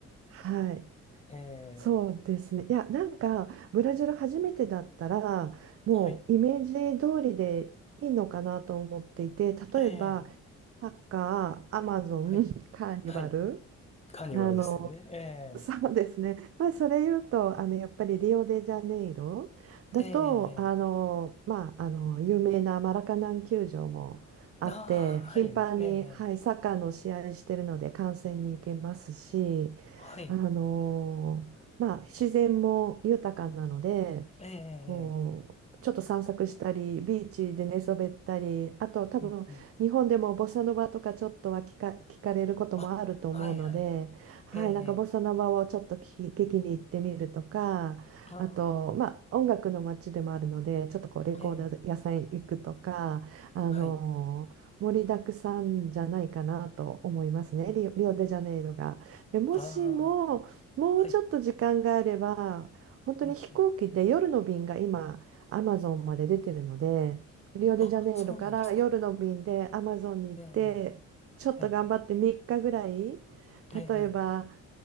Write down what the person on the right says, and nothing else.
はい。
そうですね。
いや、なんか、ブラジル初めてだったら、もうイメージ通りでいいのかなと思っていて、
例えば、
サッカー、アマゾン、
カーニバル、
あの、そうですね。<laughs> まあ、それ言うと、あの、やっぱりリオデジャネイロだと、
あの、
まあ、あの、有名なマラカナン球場もあって、
頻繁に、
はい、サッカーの試合してるので観戦に行けますし、
あのーまあ、自然も豊かなので、
こう、ちょっと散策したり、ビーチで寝そべったり、あと多分日本でもボサノバとかちょっとは聞か、
聞かれることもあると思うので、
はい、
なんかボサノバをちょっと聞き、聞きに行ってみるとか、
あと、まあ、音楽の街でもあるので、ちょっとこうレコード屋さん行くとか、
あのー盛りだくさんじゃないかなと思いますね、
リオ、リオデジャネイロが。で、もしも、
もうちょっと時間があれば、
本当に飛行機で夜の便が今、
アマゾンまで出てるので、リオデジャネイロから夜の便でアマゾンに行って、
ちょっと頑張って3日ぐらい、
例えば、